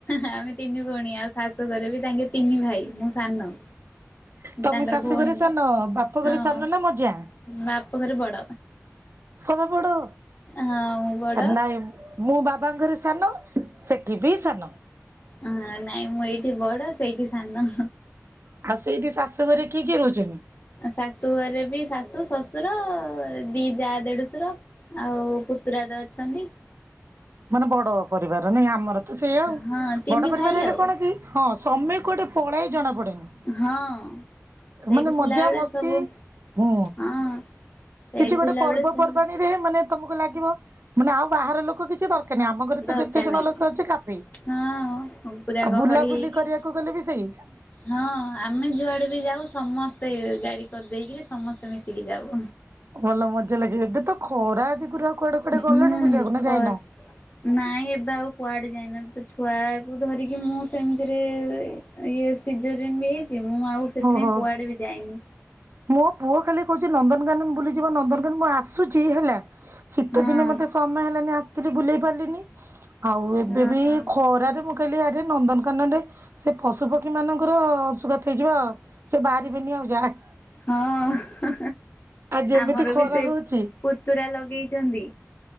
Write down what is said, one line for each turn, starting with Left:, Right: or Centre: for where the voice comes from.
Left: ଆମେ ତିନି ଭଉଣୀ ଆଉ ଶାଶୁଘରେ ବି ତାଙ୍କେ ତିନି ଭାଇ ମୁଁ ସାନ।
Right: ହଁ। ତମେ
Left: ତାଙ୍କର
Right: ଶାଶୁ
Left: ଭଉଣୀ
Right: ଘରେ
Left: ନାହିଁ
Right: ସାନ ବାପ
Left: ହଁ
Right: ଘରେ ସାନ ନା ମଝିଆଁ?
Left: ବାପ ଘରେ ବଡ।
Right: ସବୁ ବଡ
Left: ହଁ ମୁଁ ବଡ
Right: ନାଇଁ ମୁଁ ବାବାଙ୍କରେ ସାନ। ସେଠି ବି ସାନ।
Left: ହ ନାଇଁ ମୁଁ ଏଇଠି ବଡ ସେଇଠି ସାନ।
Right: ଆଉ ସେଇଠି ଶାଶୁ ଘରେ କିଏ କିଏ ରହୁଛନ୍ତି?
Left: ଶାଶୁ ଘରେ ବି ଶାଶୁ ଶ୍ୱଶୁର ଦି ଯା ଦେଢଶୁର। ଆଉ ପୁତୁରା ଅଛନ୍ତି।
Right: ମାନେ ବଡ ପରିବାର ନାଇଁ ଆମର ତ ସେଇୟା ଆଉ
Left: ହଁ ତିନି
Right: ବଡ ପରିବାର
Left: ଭାଇ
Right: ହେଲେ
Left: ଆଉ
Right: କଣ କି? ହଁ ସମୟ କୁଆଡେ ଗୋଟେ ପଳେଇ ଜଣାପଡେନି।
Left: ହଁ ସେଇଠି
Right: ମାନେ
Left: ଥିଲାବେଳେ
Right: ମଜା ମସ୍ତି
Left: ସବୁ
Right: ହୁଁ।
Left: ହଁ ସେଇଠି
Right: କିଛି ଗୋଟେ
Left: ଥିଲାବେଳେ
Right: ପର୍ବପର୍ବାଣୀରେ
Left: ସବୁ
Right: ମାନେ ତମକୁ ଲାଗିବ ମାନେ ଆଉ ବାହାର ଲୋକ କିଛି ଦରକାର। କାଇଁ ଆମ ଘରେ
Left: ଦରକାର
Right: ତ ଯେତେ ଜଣ
Left: ନାହିଁ
Right: ଲୋକ ଅଛି କାଫି।
Left: ହଁ ପୁରା
Right: ଆଉ
Left: ଗହଳି
Right: ବୁଲାବୁଲି
Left: ହେଇକି
Right: କରିବାକୁ ଗଲେ ବି ସେଇ
Left: ହଁ ଆମେ ଯୁଆଡେ ବି ଯାଉ ସମସ୍ତେ ଗାଡି କରିଦେଇକି ସମସ୍ତେ ମିଶିକି ଯାଉ।
Right: ଭଲ ମଜା ଲାଗେ ଏବେ ତ ଖରା ଆଜିିଗରୁ ଆଉ କୁଆଡେ କୁଡେ
Left: ହୁଁ
Right: ଗଣି ବୁଲିବାକୁ ନା
Left: ଖ
Right: ଯାଇନ।
Left: ନାଇଁ ଏବେ ଆଉ କୁଆଡେ ଯାଇନ ତ ଛୁଆକୁ ଧରିକି ମୁଁ ସେମିତିରେ ଇଏ ସିଜୋରିୟନ ବି ହେଇଛି ମୁଁ ଆଉ ସେଥିପାଇଁ
Right: ଓହୋ।
Left: କୁଆଡେ ବି ଯାଇନି।
Right: ମୋ ପୁଅ ଖାଲି କହୁଛି ନନ୍ଦନକାନନ ବୁଲି ଯିବ ନନ୍ଦନକାନନ ମୁଁ ଆସୁଛି ହେଲା। ଶୀତ
Left: ହଁ
Right: ଦିନେ ମତେ ସମୟ ହେଲାନି ଆସିଥିଲି ବୁଲେଇ ପାରିଲିନି ଆଉ ଏବେ
Left: ଓହୋ।
Right: ବି ଖରାରେ। ମୁଁ କହିଲି ଆଡରେ ନନ୍ଦନକାନନରେ ସେ ପଶୁ ପକ୍ଷୀ ମାନଙ୍କର ଅଂଶୁଘାତ। ହେଇଯିବ ସେ ବାହାରିବେନି ଆଉ ଯାହା
Left: ହଁ
Right: ଯେମିତି
Left: ଆମର
Right: ଖରା
Left: ବି ସେ
Right: ହଉଛି
Left: ପୁତୁରା ଲଗେଇଚନ୍ତି।